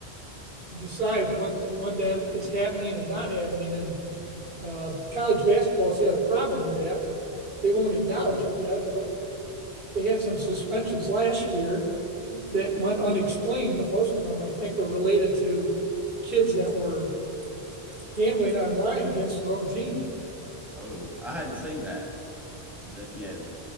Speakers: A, on the right (about 55°); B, in the centre.
A: decide when when that is happening or not happening. And uh, college basketball's had a problem with that. They won't acknowledge it yet, but they had some suspensions last year that went unexplained. But most of them, I think, were related to kids that were gambling online against their own team.
B: Oh, I hadn't seen that, but that, yeah,